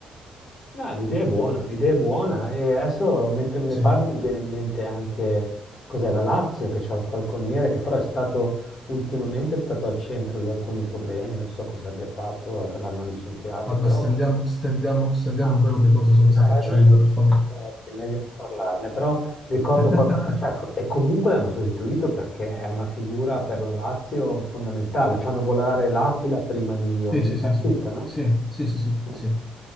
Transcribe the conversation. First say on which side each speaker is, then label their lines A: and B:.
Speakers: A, on the left; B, on the left.
A: No, l'idea è buona, l'idea è buona e adesso mentre me ne
B: Sì.
A: parli mi viene in mente anche cos'è la Lazio che c'ha il falconiere che però è stato ultimamente è stato al centro di alcuni problemi, non so cosa abbia fatto, eh, che l'hanno licenziato,
B: Vabbè,
A: però
B: stendiamo,
A: come
B: stendiamo, stendiamo
A: si chiama?
B: un velo pietoso su questa
A: Eh,
B: faccenda,
A: non- eh,
B: per favore.
A: infatti, è meglio non parlarne, però Ricordo
B: <laughs>
A: qualcosa, cioè, co- e comunque l'hanno sostituito perché è una figura per la Lazio fondamentale. Fanno volare l'Aquila prima di
B: Sì,
A: ogni
B: sì,
A: partita,
B: sì, sì.
A: no?
B: Sì, sì, sì, sì,
A: Mm.
B: sì,